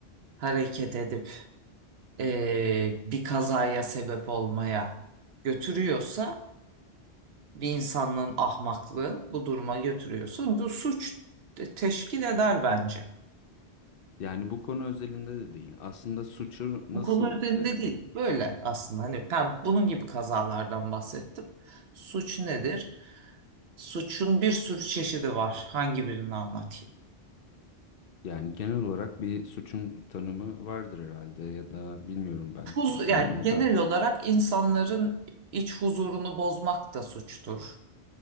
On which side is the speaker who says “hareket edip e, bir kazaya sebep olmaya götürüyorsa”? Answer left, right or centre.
Right